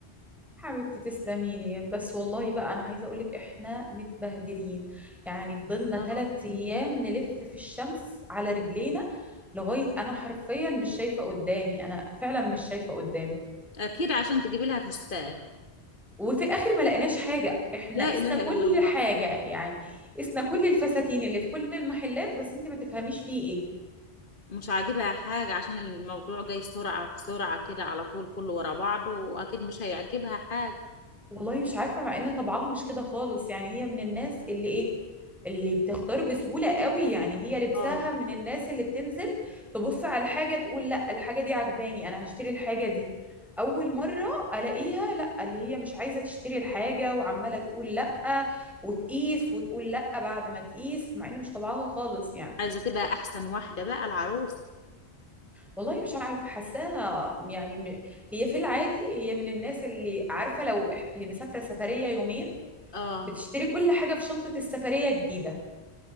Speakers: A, in the centre; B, on the left.
A: حبيبتي تسلمي لي بس والله بقى انا عايزه اقولك احنا متبهدلين يعني فضلنا
B: اه
A: ثلاث ايام نلف في الشمس على رجلينا لغايه انا حرفيا مش شايفه قدامي انا فعلا مش شايفه قدامي
B: اكيد عشان تجيبي لها فستان
A: وفي الاخر ما لقيناش حاجه احنا
B: لا
A: قسنا
B: اله
A: كل
B: الا الله
A: حاجه يعني قسنا كل الفساتين اللي في كل المحلات بس انت ما تفهميش فيه ايه
B: مش عاجبها حاجة عشان الموضوع جاي سرعة في سرعة كده على طول كله ورا بعضه واكيد مش هيعجبها حاجة
A: والله مش عارفة مع ان طبعها مش كده خالص يعني هي من الناس اللي ايه اللي بتختار بسهولة قوي يعني هي لبسها
B: اه
A: من الناس اللي بتنزل تبص على الحاجة تقول لا الحاجة دي عجباني انا هشتري الحاجة دي اول مرة الاقيها لا اللي هي مش عايزة تشتري الحاجة وعمالة تقول لا وتقيس وتقول لا بعد ما تقيس مع ان مش طبعها خالص يعني
B: عايزة تبقى احسن واحدة بقى العروس
A: والله مش عارفة حاساها يعني م- هي في العادي هي من الناس اللي عارفة لو إح- هي مسافرة سفرية يومين
B: اه
A: بتشتري كل حاجة في شنطة السفرية الجديدة